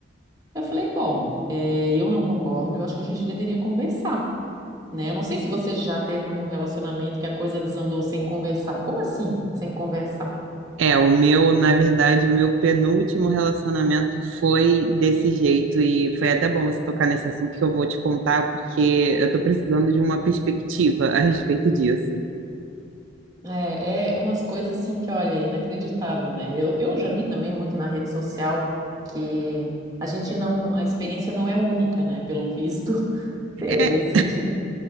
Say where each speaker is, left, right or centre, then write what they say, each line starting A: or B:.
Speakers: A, on the right; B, on the right.
A: Eu falei, bom, é, eu não concordo, eu acho que a gente deveria conversar, né? Eu não sei se você já teve um relacionamento que a coisa desandou sem conversar. Como assim, sem conversar?
B: É, o meu, na verdade, o meu penúltimo relacionamento foi desse jeito e foi até bom você tocar nesse assunto que eu vou te contar porque eu tô precisando de uma perspectiva a respeito disso.
A: É, é umas coisas assim que, olha, é inacreditável, né? Eu, eu já vi também muito na rede social que a gente não, a experiência não é única, né? Pelo visto, <laughs> é,
B: É,
A: existe